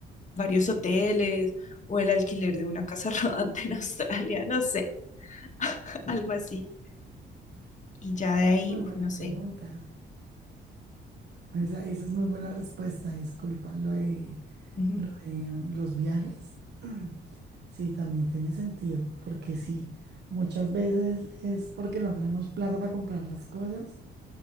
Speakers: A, on the left; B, on the right.
A: varios hoteles o el alquiler de una casa <laughs> rodante en Australia, no sé, <laughs> algo así. Y ya de ahí,
B: Muy
A: uf,
B: buena
A: no
B: pregunta.
A: sé.
B: Esa, esa es muy buena respuesta, disculpa, lo de
A: Ujú.
B: Lo de los viajes, <clears throat> sí, también tiene sentido, porque sí, muchas veces es porque no tenemos plata para comprar las cosas,